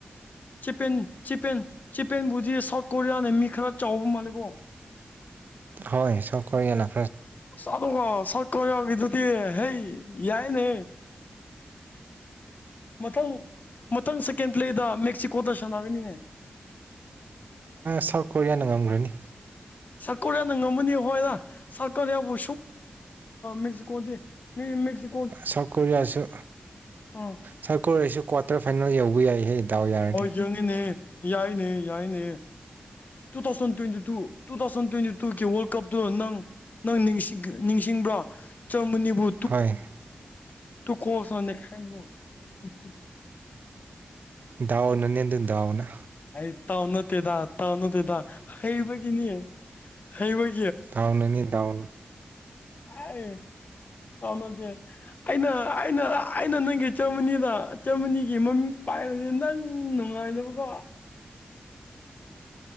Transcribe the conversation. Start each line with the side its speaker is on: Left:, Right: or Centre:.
Left: ꯆꯦꯄꯦꯟ ꯆꯦꯄꯦꯟ ꯆꯄꯦꯟꯕꯨꯗꯤ ꯁꯥꯎꯠ ꯀꯣꯔꯤꯌꯥꯅ ꯃꯤ ꯈꯔ ꯆꯥꯎꯕ ꯃꯥꯜꯂꯦꯀꯣ
Right: ꯍꯣꯏ ꯁꯥꯎꯠꯀꯣꯔꯤꯌꯥꯅ
Left: <inaudible> ꯀ ꯌꯥꯎꯗꯨꯗꯤ ꯍꯩ ꯌꯥꯏꯅꯦ ꯃꯊꯪ ꯃꯊꯪ ꯁꯦꯀꯦꯟ ꯄꯂꯦ ꯃꯦꯛꯁꯤꯀꯣꯗ ꯁꯥꯟꯅꯒꯅꯤꯅꯦ
Right: ꯁꯥꯎꯠ ꯀꯣꯔꯤꯌꯥꯅ ꯉꯝꯒꯔꯥꯅꯤ
Left: ꯁꯔꯀꯥꯔꯌꯥꯅ ꯉꯝꯃꯅꯤ ꯍꯣꯏꯔ ꯁꯔꯀꯥꯔꯌꯥꯕꯨ <unintelligible> ꯀꯣꯗꯦ ꯃꯦꯛꯁꯤ
Right: ꯁꯔꯀꯣꯔꯤꯌꯥꯁꯨ
Left: ꯑꯥ
Right: ꯁꯀꯣꯔꯤꯁꯨ ꯀ꯭ꯋꯥꯔꯇꯔ ꯐꯥꯏꯟꯜ ꯌꯎꯕ ꯌꯥꯏꯍꯦ ꯗꯥꯎ ꯌꯥꯔꯗꯤ
Left: ꯍꯣꯏ ꯆꯪꯉꯤꯅꯦ ꯌꯥꯏꯅꯦ ꯌꯥꯏꯅꯦ two thousand twenty two two thousand twenty ꯇꯨꯒꯤ ꯋꯥꯔꯜ ꯀꯞꯇꯨ ꯅꯪ ꯅꯪ ꯅꯤꯡꯁꯤꯡ ꯅꯤꯡꯁꯤꯡꯕ꯭ꯔꯥ ꯖꯔꯃꯅꯤ ꯕꯨ
Right: ꯍꯣꯏ
Left: ꯇꯨ ꯀꯣꯜꯁꯅꯪ <inaudible> <unintelligible>
Right: ꯗꯎ ꯅꯅꯦ ꯑꯗꯨ ꯗꯎꯅ
Left: ꯑꯩ ꯇꯎ ꯅꯇꯦꯗ ꯇꯎ ꯅꯠ ꯑꯗꯨꯗ ꯍꯩꯕꯒꯤꯅꯤ ꯍꯩ ꯑꯣꯏ
Right: ꯇꯎꯅꯅꯤꯗꯥꯎꯅ
Left: ꯑꯦ ꯇꯥꯎꯅꯗꯦ ꯑꯩꯅ ꯑꯩꯅ ꯑꯩꯅ ꯅꯪꯒꯤ ꯆꯝꯃꯅꯤꯗ ꯏꯆꯝꯃꯅꯤꯒꯤ ꯃꯃꯤꯡ ꯄꯥꯏꯔꯗꯤ ꯅꯪ ꯅꯨꯡꯉꯥꯏꯗꯕꯀꯣ